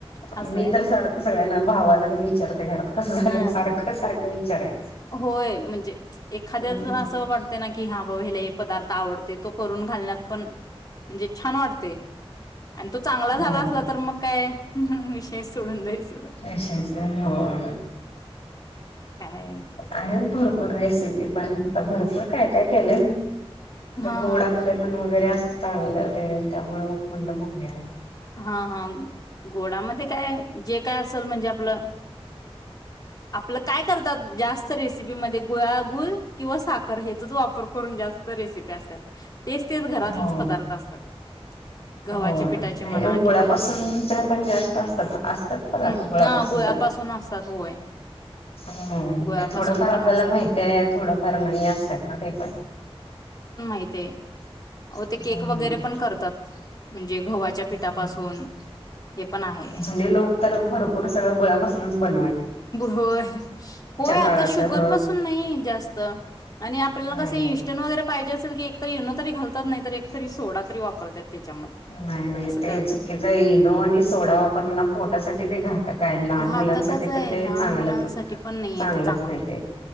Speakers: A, on the left; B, on the left.
A: असं
B: मी
A: आहे
B: तर सारखं सगळ्यांना, भावांना तेन विचारते घरात कसं झालंय?
A: हा
B: सारखं, सारखं विचाराय
A: होय म्हणजे एखाद्याच
B: हम्म
A: असं वाटतंय ना की, हा बाबा हेला हे पदार्थ आवडतंय. तो करून घालण्यात पण म्हणजे छान वाटते. आणि तो चांगला झाला
B: हो
A: असला तर मग काय विषयच सोडून द्यायचं.
B: कशा हायसा? होय.
A: काय
B: आहेत भरपूर रेसिपी, पण आता भरपूर काय काय केलंय
A: हा
B: गोडामध्ये
A: हा
B: पण वगैरे असं चांगलं येतय त्यामुळे म्हंटलं मग बघूया.
A: हा हा. गोडामध्ये काय जे काय असेल म्हणजे आपलं आपलं काय करतात जास्त रेसिपीमध्ये गुळागुळ किंवा साखर हेचाच वापर करून जास्त रेसिपी असत्यात. तेच, तेच घरातलेच
B: हो
A: पदार्थ असतात. गव्हाचे
B: होय
A: पिठाचे
B: नाही
A: म्हणा
B: ओ गुळापासून
A: किंवा ह्याचे
B: यक्ष पण जास्त असतात असतात
A: हम्म
B: गुळापासून
A: हा
B: पण.
A: असतात होय.
B: हं
A: गुळापासून
B: नाही थोडंफार
A: पण
B: आपल्याला
A: असतात.
B: माहती आहे, थोडफार नाही असं हाय ना ते पण.
A: ही ते अहो ते केक
B: हम्म
A: वगैरे पण करतात म्हणजे गव्हाच्या पिठापासून
B: हं.
A: हे पण आहे
B: झाले लोक तर भरपूर सगळं गुळापासूनच बन
A: होय. होय
B: काळात
A: आता शुगरपासून
B: ह
A: नाही जास्त आणि आपल्याला
B: नाही
A: कस इंस्टंट
B: नाही
A: वगैरे पाहिजे असेल की एकतरी ईनो तरी घालतात नाही तर एक तरी सोडा तरी वापरतात. त्याच्यामध्ये
B: नाही, नाही
A: असं
B: ते
A: करतात
B: चुकीच इनो आणि सोडा वापरन ना पोटासाठी ते घात क हाय आणि लहान
A: घातकच
B: मुलांसाठी
A: आहे
B: तर ते
A: लहान
B: चांगलंच
A: मुलांसाठी पण नाहीये
B: चांगलंच
A: ते चांगलं
B: नाही ते.